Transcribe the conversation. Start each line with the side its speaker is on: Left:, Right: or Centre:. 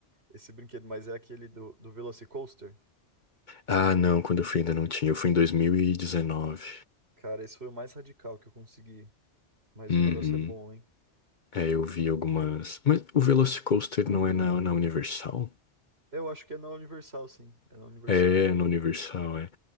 Right: esse brinquedo, mas é aquele do, do Velocicoaster.
Left: Ah, não, quando eu fui ainda não tinha, eu fui em 2019.
Right: Cara, esse foi o mais radical que eu consegui. Mas
Left: Uhum.
Right: o negócio é bom, hein?
Left: É, eu vi algumas. Mas o Velocicoaster não é na, na Universal?
Right: Eu acho que é na Universal, sim. É na Universal.
Left: É, é na Universal, é.